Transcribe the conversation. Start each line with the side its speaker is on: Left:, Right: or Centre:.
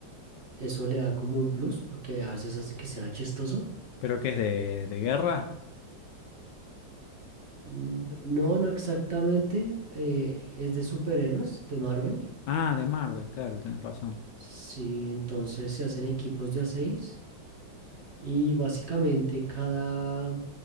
Right: Eso le da como un plus porque a veces hace que sea chistoso.
Left: ¿Pero qué es de, de guerra?
Right: Mm, No, no exactamente. eh, es de superhéroes de Marvel.
Left: Ah, de Marvel, claro, tenés razón.
Right: Sí, entonces se hacen equipos de a 6 y básicamente cada,